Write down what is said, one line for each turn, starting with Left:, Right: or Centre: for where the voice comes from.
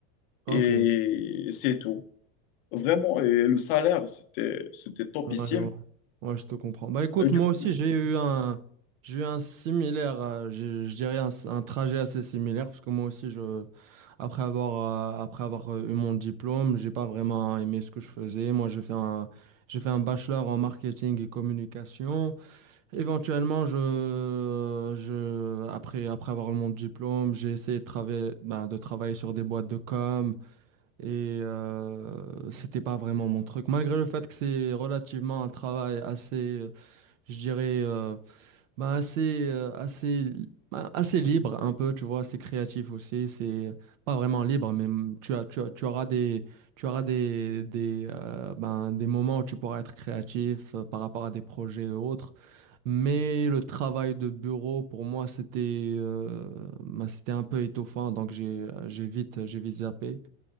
Right: Ok.
Left: et
Right: Ouais,
Left: c'est tout. Vraiment, et le salaire, c'était, c'était topissime.
Right: ouais. Ouais, je te comprends. Bah écoute,
Left: Et du
Right: moi
Left: coup,
Right: aussi, j'ai eu
Left: du-
Right: un, j'ai eu un similaire, euh, j'ai- je dirais un, s- un trajet assez similaire, parce que moi aussi, je, après avoir, euh, après avoir euh, eu mon diplôme, j'ai pas vraiment aimé ce que je faisais. Moi, j'ai fait un, j'ai fait un bachelor en marketing et communication. Éventuellement, je, je, après, après avoir eu mon diplôme, j'ai essayé de travailler, ben, de travailler sur des boîtes de com et euh, c'était pas vraiment mon truc. Malgré le fait que c'est relativement un travail assez, euh, je dirais, euh, bah, assez, euh, assez, bah, assez libre un peu, tu vois, assez créatif aussi. C'est pas vraiment libre, mais mm, tu as, tu as, tu auras des, tu auras des, des, euh, ben, des moments où tu pourras être créatif euh, par rapport à des projets et autres. Mais le travail de bureau, pour moi, c'était euh, ben, c'était un peu étouffant, donc j'ai, j'ai vite, j'ai vite zappé.